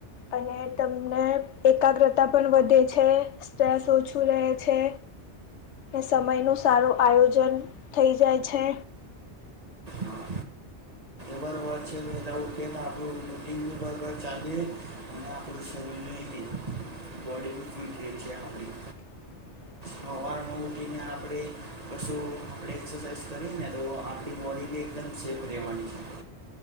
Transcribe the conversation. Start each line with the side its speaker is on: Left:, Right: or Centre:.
Left: અને તમને એકાગ્રતા પણ વધે છે. સ્ટ્રેસ ઓછું રહે છે. સમય નું સારું આયોજન થઈ જાય છે
Right: હા બરોબર છે <unintelligible> બરોબર ચાલીરે અને આપડું શરીર ની બોડી બી ફીટ રે છે આપડી
Left: <inaudible>
Right: સવાર માં ઉઠીને આપણે કછું આપણે એક્સરસાઇઝ કરી ને તો આપણી બોડી બી એકદમ સેફ રહેવાની છે